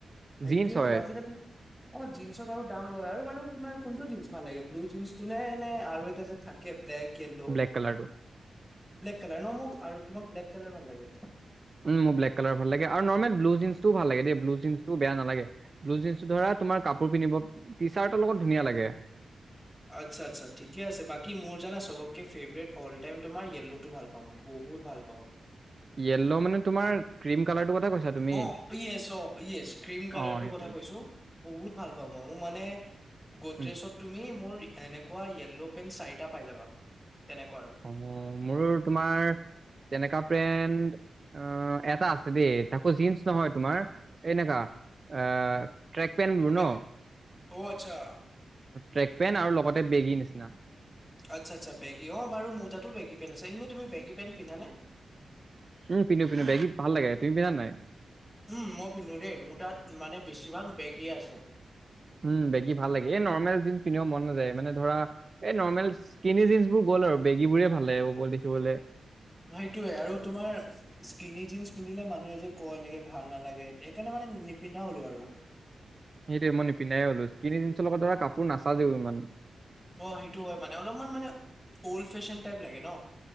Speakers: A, in the centre; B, on the right (about 45°).
A: সেইটোয়েতটো
B: জিন্স হয়
A: আজিকালি আমাৰ জিন্ছৰ বাৰু দাম লয় আৰু বাৰু। কোনটো জিনন্ ভাল লাগে ব্লু জিনন্টো নে এনেে আৰু এটা যে থাকে? ব্লেক য়্লো
B: ব্লেক কালাৰটো
A: ব্লেক কালাৰ ন মোক আৰু তোমাক ব্লেক কালাৰ ভাল লাগে।
B: উ মোৰ ব্লেক কালাৰ ভাল লাগে আৰু নৰ্মেল ব্লু জিনন টো ভাল লাগেেই ব্লু। বেয়া নালাগে ব্লু জটো ধৰা তোমাৰ কাপোৰ পিন্ধিব টি চাৰ্টৰ লগত ধুনীয়া লাগে।
A: আচ্ছা আচ্ছা ঠিকে আছে বাকী মোৰ জানা চবকে ফেভৰেট অলটাইম তোমাৰয়েললো ভাল পাওঁ মই বহুত। বহুত ভাল পাওঁ।
B: <unintelligible> য়েল্ল মানে তোমাৰ ক্ৰীম কালাৰটো কথা কৈছা তুমি
A: অ য়েছ অ য়েছ ক্ৰীম কালাৰটো
B: অ সেইটোৱে।
A: কথা কৈছো বহুত ভাল প মই মোৰ মে গজত
B: উম
A: তুি মোৰ। এনেকুৱা য়েল্ল' পেন চাৰিটা পাই যাবা। তেনেকুৱা আৰু
B: অ', মোৰ তোমাৰ তেনেকাা পেণ্ড। অ', এটা আছে দেই তাকো জীন্চ নহয় তোমাৰ এনেকাা এ। ট্ৰেক পেণ্ট বোৰ
A: বে
B: ন
A: অ আচ্ছা
B: ট্ৰেক পেণ্ট আৰু লগতে বেগীৰ নিচিনা।
A: আচ্ছা, আচ্ছ, বেগী অ বাৰু মোৰ তাত বেগ পেন আছ এনেইুি বেগী। পেন্ট পিন্ধানে
B: উম পিন্ধো পিন্ধো বেকি ভাল লাগে তুমি পিন্ধা নাই?
A: উম, মই পিন্ধো দেই মোৰ তাত মানে বেছিভাগ বেগেই আছে।
B: উম বেগী ভাল লাগে এই নৰ্মেল জিনন্ছ পিন্ধিবও মন নাযায় মানে ধৰা এই নৰ্মেল জিন বোৰ। ব আৰু বেগী বোৰে ভালে বব দেখিবলৈ।
A: সেইটোয়ে আৰু তোমাৰ স্কিনি জিনন্ছ পিন্ধিলে মানুহে যে কয় এনেকে ভাল নালাগেেইকাৰণে মান। ম নিপিন্ধা হ'লো আৰু।
B: সেইটোৱে মই নিপিধাইে হ'লো স কিনি জিনন্চৰ লগত ধৰা কাপোৰ নাচাাজেও ইমান।
A: অ', েইটো হয় মানে অলপমান মানে অল্ড ফেশ্বন টাইপ লাগে ন?